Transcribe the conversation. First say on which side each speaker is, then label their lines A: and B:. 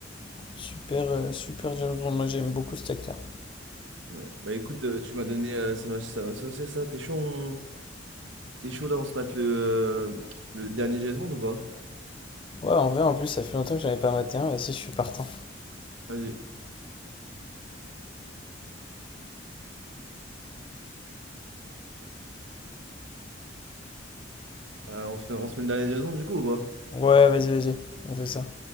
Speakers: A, on the left (about 25°); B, on the right (about 85°).
A: super, euh, super James Bond. Moi, j'aime beaucoup cet acteur.
B: Ouais. Bah écoute, euh, tu m'as donné, euh, ça m'a, ça m'a saucé ça. T'es chaud, on- t'es chaud là, on se mate le, euh, le dernier Jason ou pas?
A: Ouais, en vrai, en plus, ça fait longtemps que j'avais pas maté un. Vas-y, je suis partant.
B: Vas-y. Ah, on se met, on se met le dernier Jason du coup ou pas?
A: Ouais, vas-y, vas-y, on fait ça.